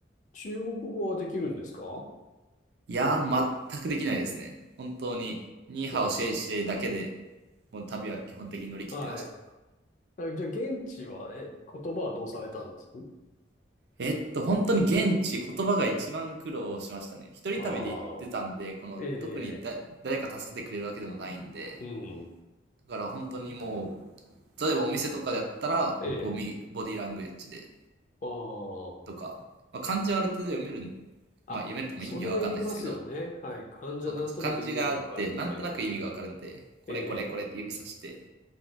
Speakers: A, on the left (about 40°); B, on the right (about 60°).
A: 中国語はできるんですかは
B: いやー、全くできないですね。本当に、ニーハオシェイシェイだけで、
A: い。
B: もう旅は基本的に乗り切ってました。
A: はい。あじゃあ、現地は、え、言葉はどうされたんです
B: えっと、本当に現地、言葉が一番苦労しましたね。一人旅で行ってたんで、
A: ああ、
B: この、
A: ええ、
B: 特にだ誰か助けてくれるわけでもないんで、だ
A: うん、
B: から本当にもう、例えばお店とかだったら、
A: ええ、
B: こう、みボディーラングエッジで、
A: あ
B: とか、まあ、漢字はある程度読める、
A: あ、
B: まあ読めるっても意味はわかんないですけど、
A: あ、それは言いますよね。はい。患者なんとなく意味がわかるみたいな。
B: そうか、そう漢字があって、なんとなく意味がわかるんで、これこれこれって指さして、
A: ええ、